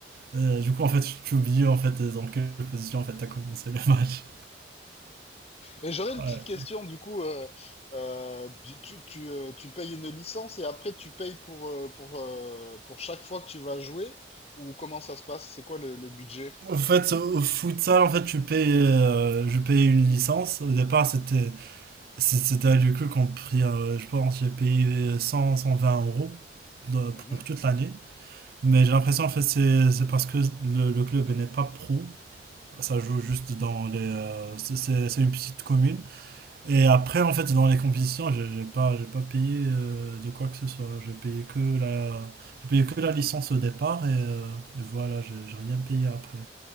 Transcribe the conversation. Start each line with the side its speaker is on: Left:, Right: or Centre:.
Right: Euh, du coup en fait tu tu oublies en fait dans quelle position en fait t'as commencé le match.
Left: Et j'aurais une
Right: Ouais.
Left: petite question, du coup, euh, euh, du- tu, tu, euh, tu payes une licence et après tu payes pour, euh, pour, euh, pour chaque fois que tu vas jouer, ou comment ça se passe? C'est quoi le, le budget?
Right: En fait au futsal en fait tu payes, euh, je payais une licence. Au départ c'était C'est- C'était du coup qu'on pris, euh, je pense, j'ai payé cent cent vingt euros de-
Left: Mhm.
Right: pour toute l'année. Mais j'ai l'impression, en fait, c'est c'est parce que le, le club il n'est pas pro. Ça joue juste dans les. euh, c'est c'est- c'est une petite commune. Et après, en fait, dans les compétitions, j'ai j'ai pas, j'ai pas payé euh, de quoi que ce soit. J'ai payé que la, j'ai payé que la licence au départ et, euh, et voilà, j'ai j'ai rien payé après.